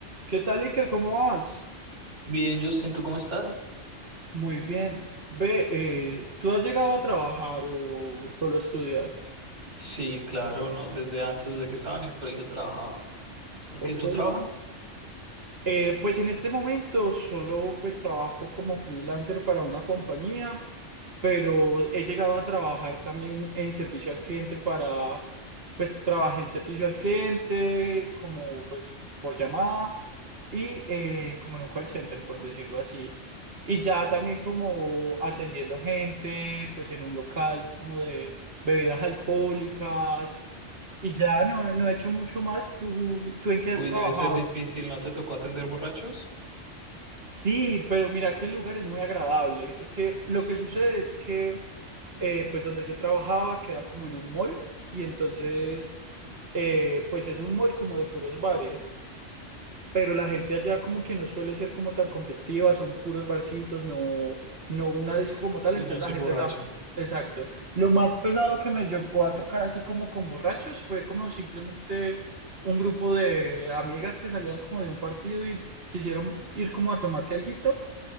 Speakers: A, on the right (about 55°); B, on the right (about 75°).
A: ¿Qué tal, Iker? ¿Cómo vas?
B: Bien, Justin, ¿tú cómo estás?
A: Muy bien. Ve, eh, ¿tú has llegado a trabajar o solo estudias?
B: Sí, claro, no, desde antes, desde que estaba en el colegio trabajaba. ¿Por
A: Ok,
B: qué tú trabajas?
A: Eh, pues en este momento solo pues trabajo como freelancer para una compañía, pero he llegado a trabajar también en servicio al cliente para, pues trabajé en servicio al cliente como pues por llamada y eh, como en un call center, por decirlo así. Y ya también como atendiendo gente pues en un local como de bebidas alcohólicas y ya no, no he hecho mucho más. ¿Tú, tú en qué has
B: Uy,
A: trabajado?
B: debe ser difícil, ¿no te tocó atender borrachos?
A: Sí, pero mira que el lugar es muy agradable. Es que lo que sucede es que, eh, pues donde yo trabajaba queda como en un mall y entonces,
B: Sí,
A: eh, pues es un mall como de puros bares, pero la gente allá como que no suele ser como tan conflictiva, son puros barcitos, no, no una disco como tal,
B: sí,
A: entonces
B: no
A: la
B: se
A: gente
B: emborrachan.
A: tan... Exacto. Lo más pesado que me llegó a tocar así como con borrachos fue como simplemente un grupo de amigas que salían como de un partido y quisieron ir como a tomarse alguito